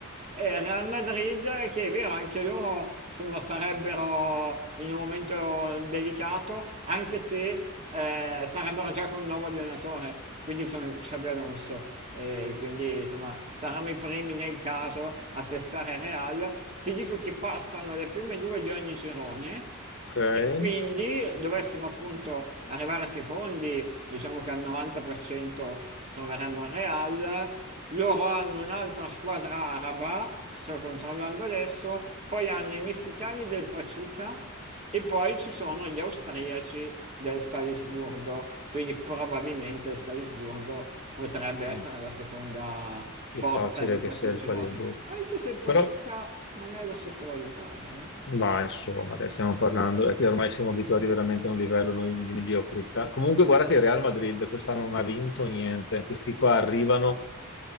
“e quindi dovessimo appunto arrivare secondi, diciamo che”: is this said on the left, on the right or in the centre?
Right